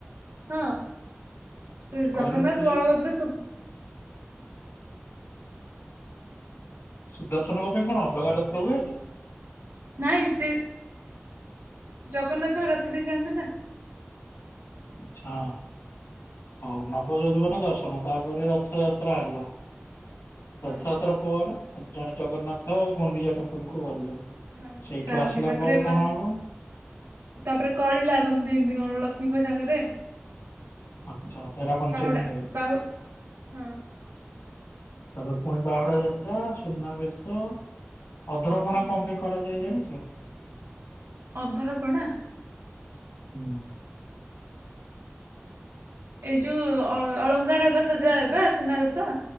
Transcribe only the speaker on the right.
ହଁ। ଶ୍ରୀ ଜଗନ୍ନାଥ
ବଳଭଦ୍ର ସୁଭ୍
ନାଇଁ ସେ ଜଗନ୍ନାଥଙ୍କ ରଥରେ ଯାଆନ୍ତି ନା ।
ହଁ
ହଁ
ଯାଆନ୍ତି
ତାପରେ
ତାପରେ କଳି ଲାଗନ୍ତି। ଏମିତି କଣ? ରାଣୀ ଲକ୍ଷ୍ମୀଙ୍କ ସାଙ୍ଗରେ।
ବାହୁଡା ବାହୁ ହଁ
ହୁଁ
ଅଧରପଣା।
ଏଇ ଯୋଉ ଅଳଙ୍କାର ହେରିକା ସଜା ହେବ ସୁନାବେଶ।